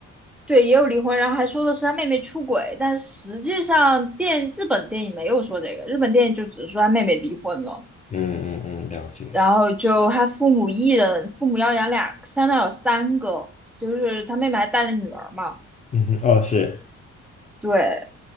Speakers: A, in the centre; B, on the left.
A: 对，也有离婚，然后还说的是他妹妹出轨，但实际上电日本电影没有说这个，日本电影就只是说他妹妹离婚了，
B: 嗯嗯嗯，了解，
A: 然后就他父母一人，父母要养俩，相当于有三个，就是他妹妹还带了女儿嘛。
B: 嗯哼，哦是。
A: 对，